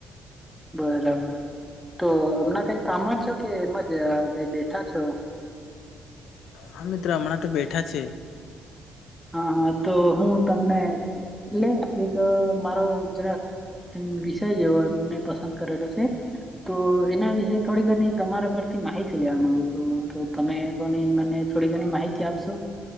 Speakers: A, in the centre; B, on the left.
A: બરાબર, તો હમણાં કઈ કામમાં જ છો કે એમ જ કઈ બેઠા છો?
B: હા મિત્ર હમણાં તો બેઠા છે.
A: હા તો હું તમને લે એક મારો જરાક એમ વિષય જેવો મેં પસંદ કરેલો છે. તો એના વિશે થોડી ઘની તમારા પરથી માહિતી લેવા માંગુ છું તો તમે કોની મને થોડી ઘણી માહિતી આપશો?